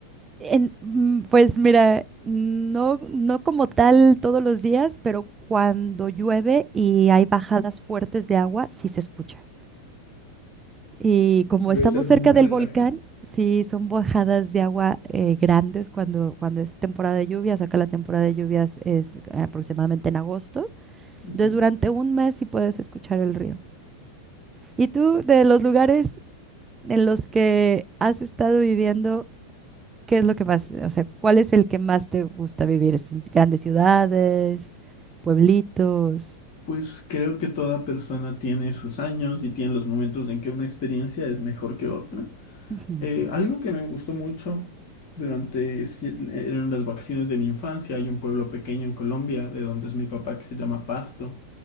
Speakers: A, on the right (about 20°); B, on the left (about 45°).
A: en- mm, pues mira, no, no como tal todos los días, pero cuando llueve y hay bajadas fuertes de agua, sí se escucha. Y como
B: Debe
A: estamos
B: ser
A: cerca
B: muy relajante.
A: del volcán, sí, son bajadas de agua eh, grandes cuando, cuando es temporada de lluvias. Acá la temporada de lluvias es aproximadamente en agosto.
B: Ujú.
A: Entonces, durante un mes sí puedes escuchar el río. ¿Y tú, de los lugares en los que has estado viviendo, qué es lo que más, o sea, cuál es el que más te gusta vivir? ¿Es en grandes ciudades, pueblitos?
B: Pues creo que toda persona tiene sus años y tiene los momentos en que una experiencia es mejor que otra.
A: Ujú.
B: Eh, algo que me gustó mucho durante si- eran las vacaciones de mi infancia. Hay un pueblo pequeño en Colombia de donde es mi papá que se llama Pasto.